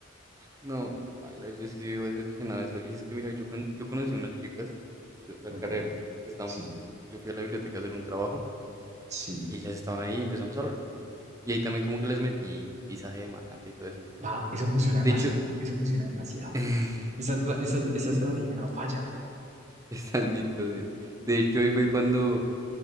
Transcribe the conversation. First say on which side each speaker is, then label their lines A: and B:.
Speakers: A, on the right; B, on the right.
A: no, no, paila, yo sí vivo decepcionado de eso. Y es que mira, yo, con- yo conocí unas chicas de otra
B: Ok,
A: carrera que estábamos,
B: sí,
A: yo fui a la biblioteca a hacer un trabajo
B: sí.
A: y ellas estaban ahí y empezamos a hablar. Y ahí también como que les metí visaje de Malta y todo eso que tú
B: Pa,
A: sabes.
B: eso funciona demasiado,
A: De hecho,
B: eso funciona demasiado.
A: <laughs>
B: Esa, tra- esa, esa estrategia
A: sí,
B: no falla.
A: estás mitosis. De hecho, ahí fue cuando,